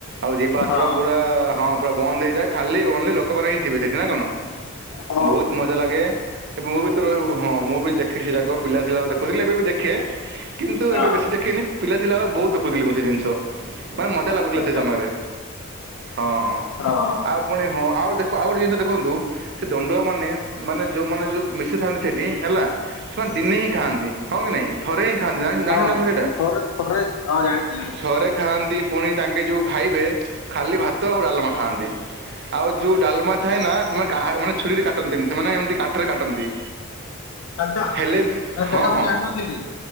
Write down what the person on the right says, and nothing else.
ଆଉ ଯିବା
ଆସିବା ପୁରା ହଁ ପୁରା ବନ୍ଦ ହେଇଯାଏ ଖାଲି ଓନ୍ଲୀ ଲୋକମାନେ ହିଁ ଥିବେ ସେଠି ନା କଣ?
ଭୋହୁତ୍ ମଜା ଲାଗେ। ମୁଁ ବି ତ ର ବୁ ହଁ ମୁଁ ବି ଦେଖେ ସେ ଜାଗକ ପିଲା ଥିଲା ବେଳେ ଦେଖୁଥିଲି ଏବେ ବି ଦେଖେ। କିନ୍ତୁ
ଏବେ ବେଶୀ ଦେଖିନି, ପିଲା ଥିଲାବେଳେ ବହୁତ ଦେଖୁଥିଲି ମୁଁ ସେ ଜିନିଷ। ମାନେ ମଜା ଲାଗୁଥିଲା
ସେ ସମୟରେ। ହଁ ହଁ।
ଆଉ ପୁଣି ହଁ ଆଉ ଦେଖ ଆଉ ଗୋଟେ ଜିିନିଷ ଦେଖନ୍ତୁ ସେ ଦଣ୍ଡୁଆ ମାନେ, ମାନେ ଯୋଉମାନେ ଯୋଉ ମିଶିଥାନ୍ତି ସେଠି ହେଲା ସେମାନେ ଦିନେ ହିଁ ଖାଆନ୍ତି। ହଁ କି ନାଇଁ? ଥରେ ଖାନ୍ତି, ଜାଣିଚ
<unintelligible> ସେଇଟା?
ଥାରେ ଖାନ୍ତି। ପୁଣି ତାଙ୍କେ ଯୋଉ ଖାଇବେ, ଖାଲି ଭାତ ଆଉ ଡାଲମା ଖାଆନ୍ତି। ଆଉ ଯୋଉ ଡାଲମା ଥାଏ ନା, ମା କାହା-ମାନେ ଛୁରୀରେ କାଟନ୍ତିନି। ସେମାନେ ଏମିତି କାଠରେ କାଟନ୍ତି।
ହେଲେ ବି
ହଁ
ହଁ